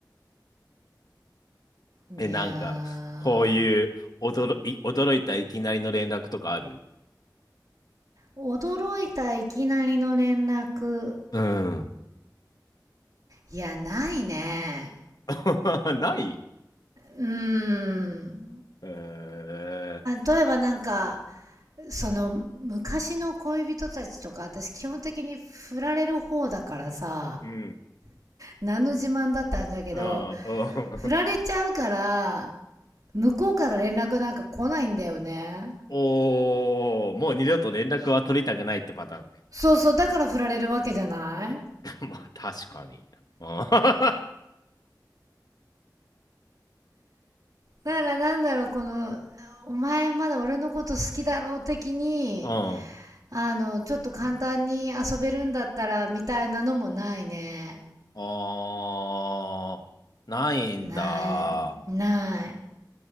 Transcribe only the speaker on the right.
いやー。
驚いたいきなりの連絡。
いや、ないね。
うーん。
例えばなんか、その昔の恋人たちとか私基本的に振られる方だからさ
何の自慢だったんだけど
振られちゃうから向こうから連絡なんか来ないんだよね
そうそうだから振られるわけじゃない
だからなんだろうこのお前まだ俺のこと好きだろう的に
あのちょっと簡単に遊べるんだったらみたいなのもないね
ないない